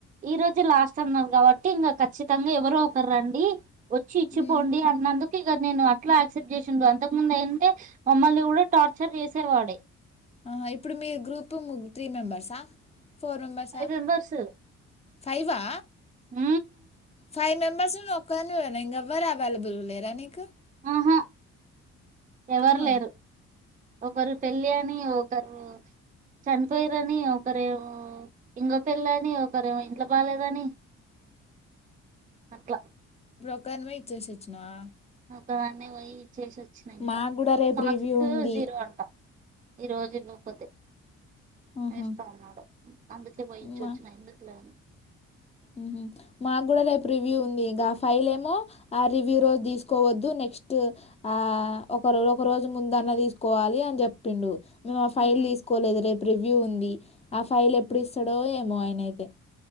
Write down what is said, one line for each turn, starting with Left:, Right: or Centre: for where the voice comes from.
Right: ఈ రోజే లాస్ట్ అన్నారు కాబ ట్టి ఇంగ ఖచ్చితంగా ఎవరో ఒకరు రండి వొచ్చి ఇచ్చిపోండి
Left: ఉమ్.
Right: అన్నందు కి ఇగ నేను అట్లా యాక్సెప్ట్ చేసిండు అంతకు ముందు అయింటే మమ్మల్ని గుడా టార్చర్ చేస్ సే వాడె
Left: అహా ఇప్పుడు మీ గ్రూపు త్రీ మెంబర్సా ఫోర్ మెంబర్సా
Right: ఫైవ్ మెంబర్స్
Left: ఫైవా
Right: ఊ
Left: ఫైవ్ మెంబర్స్ లొ నువ్వు వొక్కదానివేన ఇంగ ఎవ్వరు అవైలబుల్ లేరా నీకు
Right: ఆహా ఎవరు
Left: ఆ
Right: లేరు ఒకరు పెళ్ళి అని ఒకరు చనిపోయరని ఒకరేమో ఇంగ పెళ్ళ అని ఒకరేమో ఇంట్లో బాలేదని అట్లా
Left: ఇప్పుడు ఒకదానివె ఇచ్చేసి వొచ్చినావ
Right: ఒక్క దాన్నే వొయ్ చేసొచ్చినా ఇంకా
Left: మాకు కూడా రేపు
Right: మార్క్సు
Left: రివ్యూ ఉంది
Right: జీరో అంటా ఈ రోజు నువ్వు పొతె
Left: ఉహు.
Right: వేస్తా అన్నాడు అందుకే బొయ్ ఇచ్చొచ్చిన
Left: మా
Right: ఎందుకు లే అని
Left: ఉహు మాకు గుడా రేపు రివ్యూ ఉంది గా ఫైల్ ఏమో ఆ రివ్యూ రోజు దీసుకోవద్దు నెక్స్ట్ ఆ ఒక ఒక రోజు ముందన్న తీసుకోవాలి అని జెప్పిండు మేము ఆ ఫైల్
Right: హ్మ్.
Left: దీసుకోలేదు రేప్ రివ్యూ ఉంది ఆ ఫైల్ ఎప్పుడు ఇస్తాడో ఏమో ఆ యన అయితే